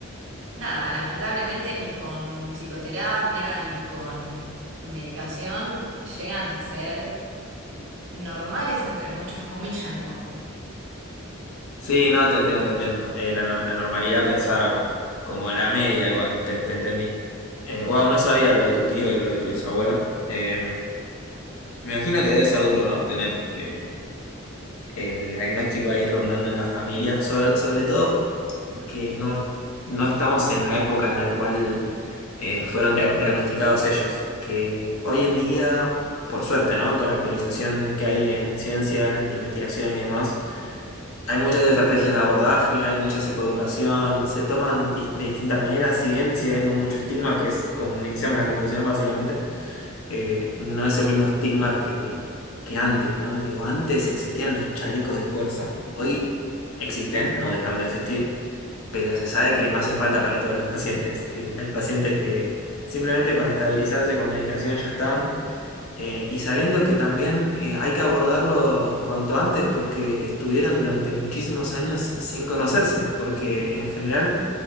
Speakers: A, on the right (about 60°); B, on the left (about 90°).
A: nada, lamentablemente ni con psicoterapia ni con medicación llegan a ser normales entre muchas comillas, ¿no?
B: Sí, no, te entiendo, te entiendo. Eh, la, no- la normalidad pensada como, como la media, igual, te, te entendí. Eh, wow, no sabía lo de tu tío y lo de tu bisabuela. Eh, me imagino que debe ser duro, ¿no? Tener eh, el diagnóstico ahí rondando en la familia. Sobre, sobre todo que no, no estamos en la época en la cual eh, fueron dia- diagnosticados ellos. Que hoy en día, por suerte, ¿no? Con la actualización que hay en ciencia, en investigación y demás. Hay muchas estrategias de abordaje, hay mucha psicoeducación, se toman dis- de distintas maneras, si bien sigue habiendo mucho estigma, que es como iniciamos la conversación básicamente, eh, no es el mismo estigma que, que antes, ¿no? Digo, antes existían los chalecos de fuerza, hoy existen, no dejaron de existir, pero se sabe que no hace falta para todos los pacientes, que hay pacientes que simplemente con estabilizarse con medicación ya están, eh, y sabiendo que también eh, hay que abordarlos cuanto antes porque estuvieron durante muchísimos años sin conocerse, porque en general